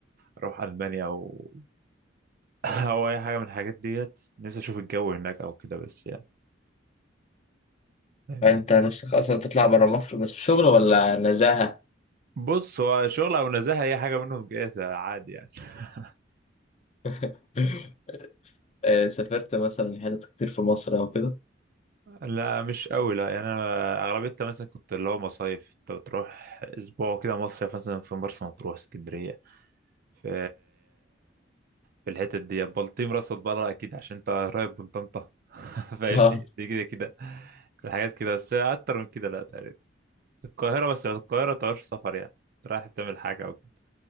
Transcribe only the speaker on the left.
يعني أنت نفسك أصلا تطلع برا مصر بس شغل ولا نزاهة
<laughs> آه سافرت مثلا حتت كتير في مصر أو كده
<laughs> آه